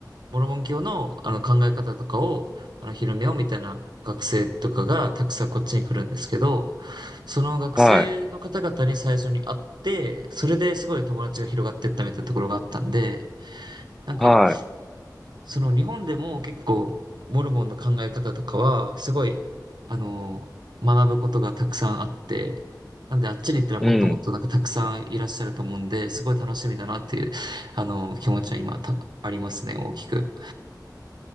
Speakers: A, on the right (about 80°); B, in the centre.
A: モルモン教の、あの考え方とかを、あの、広めようみたいな学生とかがたくさんこっちに来るんですけど、その学生の方々に最初に会って、
B: はい。
A: それですごい友達が広がっていったみたいなところがあったんで、なんか、
B: は
A: その日本でも結構モルモンの考え方とかはすごい、あの、学ぶことがたくさんあって、なんであっちに行ったらもっともっとなんかたくさんいらっしゃると思うんで、
B: い。うん。
A: すごい楽しみだなっていう、あの、気持ちは今た、ありますね、大きく。